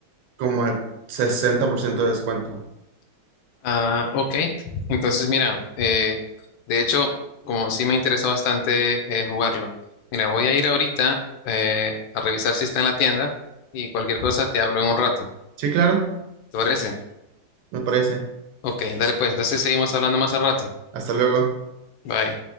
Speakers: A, on the right; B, on the left.
A: como al 60% de descuento.
B: ah, ok. Entonces, mira, eh, de hecho, como sí me interesa bastante eh, jugarlo. Mira, voy a ir ahorita eh, a revisar si está en la tienda y cualquier cosa te hablo en un rato.
A: Sí, claro,
B: ¿Te parece?
A: me parece.
B: Ok, dale pues. Entonces seguimos hablando más al rato.
A: Hasta luego.
B: Bye.